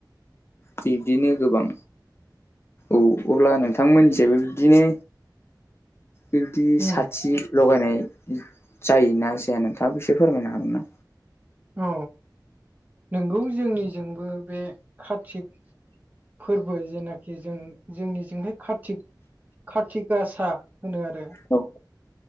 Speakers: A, on the left; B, on the right.
A: बिब्दिनो गोबां। औ अब्ला नोंथांमोननिसिमबो बिदिनो बिबदि
B: उम
A: साथि लगायनाय जायोना जाया नोंथाङाो एसे फोरमायनो हागोन ना?
B: औ नोंगौ जोंनिजोंबो बे कार्तिक फोरबो जेनाखि जों जोंनिजोंहाय कारति गासा होनो आरो।
A: औ